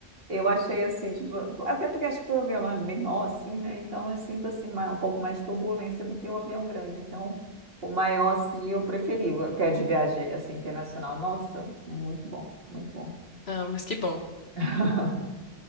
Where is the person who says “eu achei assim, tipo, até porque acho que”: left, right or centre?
Right